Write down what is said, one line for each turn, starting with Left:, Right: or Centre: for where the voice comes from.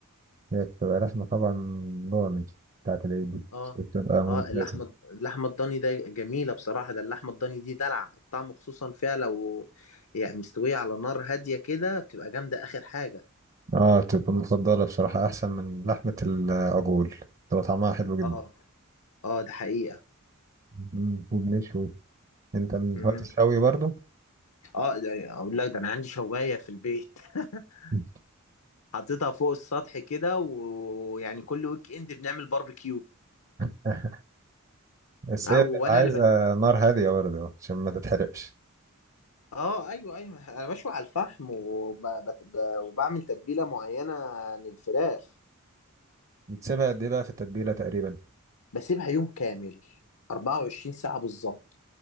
Right: هي بتبقى لحمه طبعا ضاني بتاعت العيد دي
Left: اه
Right: بتبقى ممتازه
Left: اه اللحمة اللحمة الضاني ده جميلة بصراحة ده اللحمة الضاني دي دلع الطعم خصوصا فيها لو يعني مستوية على نار هادية كده بتبقى جامدة آخر حاجة
Right: اه تبقى المفضلة بصراحة أحسن من لحمة العجول تبقى طعمها حلو جدا
Left: اه اه ده حقيقة
Right: مم، وبنشوي أنت من
Left: مم.
Right: هواة الشوي برضو؟
Left: اه ده- اقول لك ده انا عندي شوايه في البيت <laughs>
Right: مم.
Left: حاططها فوق السطح كده ويعني كل ويك اند بنعمل باربيكيو
Right: <laughs> بس
Left: او
Right: هي بتبقى
Left: وانا
Right: عايزة
Left: اللي بت...
Right: نار هادية برضو عشان ما تتحرقش
Left: اه ايوه ايوه انا بشوي على الفحم وب... بت... ب... وبعمل تتبيله معينه للفراخ
Right: بتسيبها قد إيه بقى في التتبيلة تقريبا؟
Left: بسيبها يوم كامل 24 ساعه بالظبط